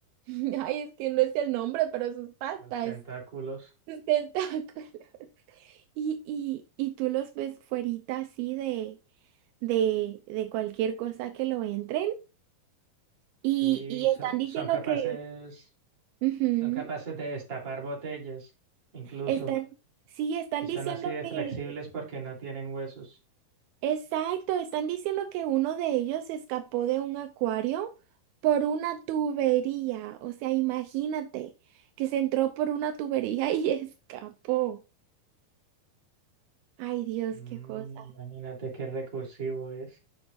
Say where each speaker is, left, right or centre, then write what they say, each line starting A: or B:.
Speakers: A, on the right; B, on the right.
A: <laughs> ay, es que no es el nombre, pero sus patas,
B: Los tentáculos,
A: sus <laughs> tentáculos. Y, y, y tú los ves fuerita así de, de, de cualquier cosa que lo entren y,
B: sí,
A: y
B: so-
A: están diciendo
B: son capaces,
A: que... Ujú.
B: son capaces de destapar botellas, incluso,
A: Están, sí, están
B: y son
A: diciendo
B: así de flexibles
A: que,
B: porque no tienen huesos.
A: exacto, están diciendo que uno de ellos se escapó de un acuario por una tubería. O sea, imagínate que se entró por una tubería y <laughs> escapó. Ay, Dios,
B: Mm,
A: qué cosa.
B: imagínate qué recursivo es.